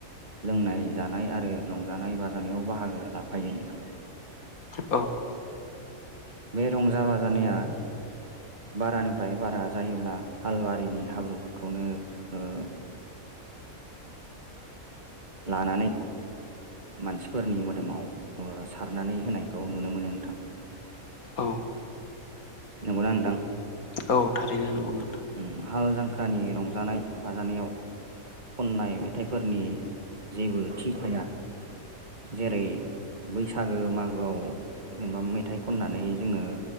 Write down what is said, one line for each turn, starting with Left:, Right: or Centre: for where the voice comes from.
Right: लोंनाय जानाय आरो रंजानाय बाजानायाव बाहागो लाफायो नोंथां।
Left: औ।
Right: बे रंजा बाजानाया बारानिफ्राय बारा जायोब्ला हालवारिनि हाब्रुफोरखौनो ओ <inaudible> लानानै मानसिफोरनि मोदोमाव ओ सारनानै होनायखौ नुनो मोनो नोंथां।
Left: औ।
Right: नंगौना नोंथां?
Left: औ थारैनो
Right: उम
Left: नंगौ नोंथां
Right: उम हाल जांख्रानि रंजानाय बाजानायाव खननाय मेथाइफोरनि जेबो थि थाया। जेरै बैसागो मागोआव जेनेबा मेथाइ खननानै जोंङो